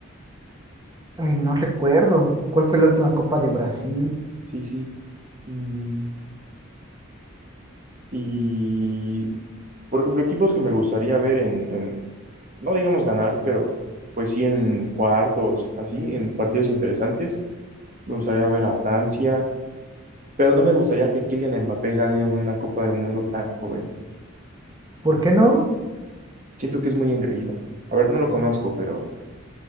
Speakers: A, on the right; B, on the right.
A: Ay, no recuerdo cuál fue la última Copa de Brasil.
B: Sí, sí. Mm, Y, por ejemplo, equipos que me gustaría ver en, en, no digamos ganar, pero pues sí en cuartos, así, en partidos interesantes. Me gustaría ver a Francia, pero no me gustaría que Kylian Mbappé gane una Copa del Mundo tan joven.
A: ¿Por qué no?
B: Siento que es muy engreído. A ver, no lo conozco, pero